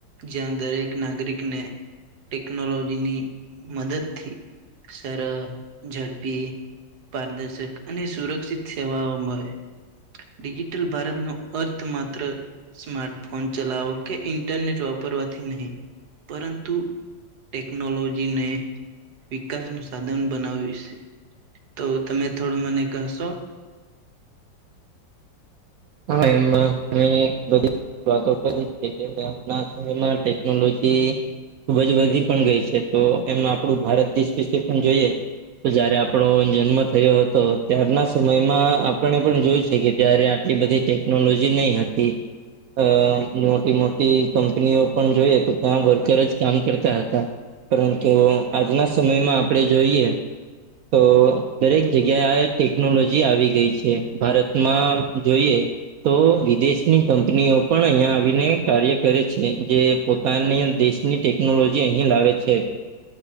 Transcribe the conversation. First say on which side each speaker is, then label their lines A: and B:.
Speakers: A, on the right (about 60°); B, on the right (about 80°).
A: જ્યાં દરેક નાગરિકને ટેકનોલોજીની મદદથી સરળ ઝડપી પારદર્શક અને સુરક્ષિત સેવાઓ મળે ડિજિટલ ભારતનું અર્થ માત્ર સ્માર્ટફોન ચલાવો કે ઇન્ટરનેટ વાપરવાથી નહી પરંતુ ટેકનોલોજીને વિકાસ નું સાધન બનાવિશ તો તમે થોડું મને કહશો?
B: હા એમ મે બધી વાતો કરી કે આજના સમયમાં ટેકનોલોજી ખૂબ જ વધી પણ ગઈ છે તો એમાં આપડું ભારત દેશ વિશે પણ જોઈએ તો જયારે આપણો જન્મ થયો હતો ત્યારના સમયમાં આપણે પણ જોયું છે કે ત્યારે એટલી બધી ટેકનોલોજી નહી હતી. અ મોટી મોટી કંપનીઓ પણ જોઈએ તો ત્યાં વર્કર જ કામ કરતા હતા. પરંતુ આજના સમયમાં આપણેે જોઈએ. તો દરેક જગ્યાએ આ ટેકનોલોજી આવી ગઈ છે ભારતમાં જોઈએ તો વિદેશની કંપનીઓ પણ અહિયાં આવીને કાર્ય કરે છે જે પોતાની દેશ ની ટેકનોલોજી અહીં લાવે છે.